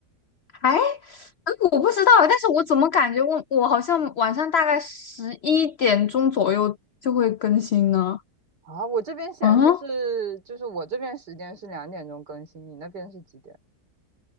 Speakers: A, on the left; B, on the right.
A: 哎，嗯我不知道，但是我怎么感觉我我好像晚上大概十一点钟左右就会更新呢？
B: 啊？我这边显示是，
A: 嗯
B: 就是我这边时间是两点钟更新，你那边是几点？